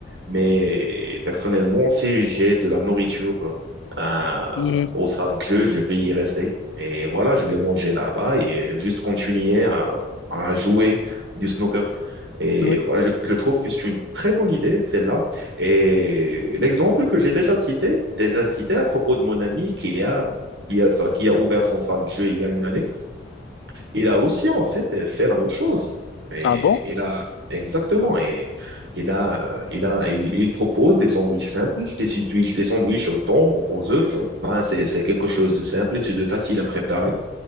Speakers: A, on the right (about 75°); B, on the left (about 80°).
A: Mais personnellement, si j'ai de la nourriture euh,
B: Mhm.
A: au cercle, je vais y rester. Et voilà, je vais manger là-bas et juste continuer à, à jouer du snooker. Et
B: Oui.
A: voilà, je, je trouve que c'est une très bonne idée, celle-là. Et l'exemple que j'ai déjà cité, j'ai déjà cité à propos de mon ami qui a, qui a, ça- qui a ouvert son salle de jeu il y a une année. Il a aussi, en fait, euh, fait la même chose. Et
B: Ah bon?
A: il a, exactement. Et il a, euh, il a, il, il propose des sandwichs simples, des sandwichs, des sandwichs au thon, aux œufs. Ben, c'est, c'est quelque chose de simple et c'est de facile à préparer.